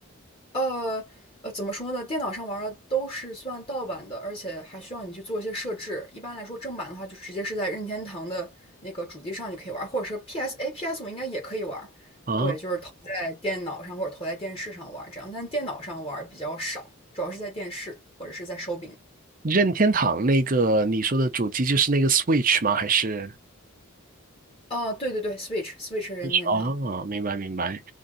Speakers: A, on the left; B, on the right.
A: 呃呃，怎么说呢？电脑上玩儿的都是算盗版的，而且还需要你去做一些设置。一般来说，正版的话就直接是在任天堂的那个主机上就可以玩儿或者是 PS，哎，PS 我应该也可以玩儿对，
B: 啊，
A: 就是投在电脑上或者投在电视上玩儿这样，但电脑上玩儿比较少，主要是在电视或者是在手柄。
B: 任天堂那个你说的主机就是那个 Switch 吗？还是？
A: 哦，对对对，Switch，Switch 任天堂。
B: 哦，明白明白，